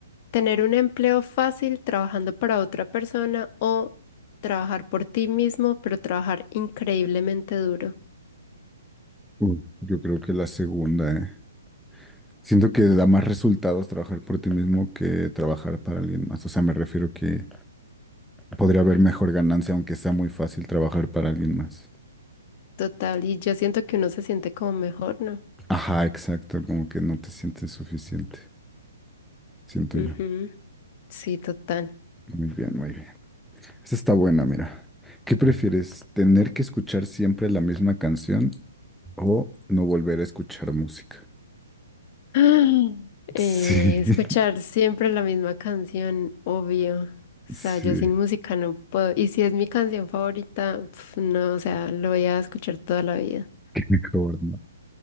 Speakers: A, on the left; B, in the centre.
A: Tener un empleo fácil trabajando para otra persona o trabajar por ti mismo, pero trabajar increíblemente duro.
B: Uf, yo creo que la segunda, ¿eh? Siento que da más resultados trabajar por ti mismo que trabajar para alguien más. O sea, me refiero que podría haber mejor ganancia, aunque sea muy fácil trabajar para alguien más.
A: Total, y yo siento que uno se siente como mejor, ¿no?
B: Ajá, exacto, como que no te sientes suficiente, siento
A: Ujú,
B: yo.
A: Sí, total.
B: Muy bien, muy bien. Esa está buena, mira. ¿Qué prefieres? ¿Tener que escuchar siempre la misma canción o no volver a escuchar música?
A: <gasps>
B: Sí,
A: Eh, escuchar siempre la misma canción, obvio. O sea,
B: <laughs> sí,
A: yo sin música no puedo. Y si es mi canción favorita, pf, no, o sea, lo voy a escuchar toda la vida.
B: qué mejor, ¿no?